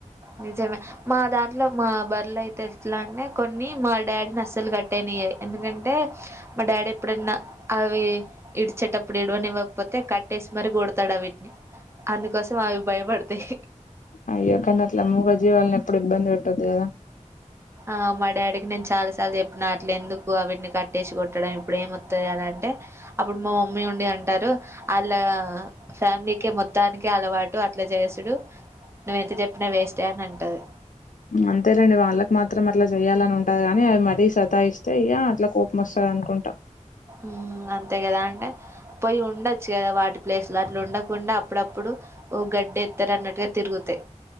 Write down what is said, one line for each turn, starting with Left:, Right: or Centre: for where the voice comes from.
Right: నిజమే మా దాంట్లో మా బర్రలు అయితే ఎట్లా అన్నే కొన్ని మా డాడీని అస్సలు కట్టేనియ్యయి. ఎందుకంటే మా డాడీ ఎప్పుడన్నా అవి ఇడిచేటప్పుడు ఇడవనివ్వకపోతే కట్టే సి మరి కొడతాడా వీటిని అందుకోసం అవి భయపడతాయి.
Left: అయ్యో కానీ అట్ల మూగ జీవాలని ఎప్పుడు ఇబ్బంది పెట్టొద్దు కదా
Right: ఆ డాడీ కి నిన్ చాలా సార్లు చెప్పిన అట్లు ఎందుకు అవీటిని కట్టేసి కొట్టడం ఇప్పుడు ఏమొత్తది అని అంటే అప్పుడు మా మమ్మీ నుండి అంటారు ఆళ్ళ ఫ్యామిలీకి మొత్తానికి అలవాటు అట్లా చేసుడు నువ్వ ఎంత చెప్పినా వేస్టే అని అంటది.
Left: అంతేలేండి వాళ్ళకి మాత్రం అట్లా చెయ్యాలని ఉంటాది కాని అవి మరీ సతాయిస్తే ఇగ అట్లా కోపం వస్స క అనుకుంటా
Right: మ్ అంతే కదా అంటే పోయి ఉండచ్చు కదా వాటి ప్లేసులు అట్ల ఉండకుండా అప్పుడప్పుడు ఓ గడ్డి ఎత్తారు అన్నట్టుగా తిరుగుతాయి.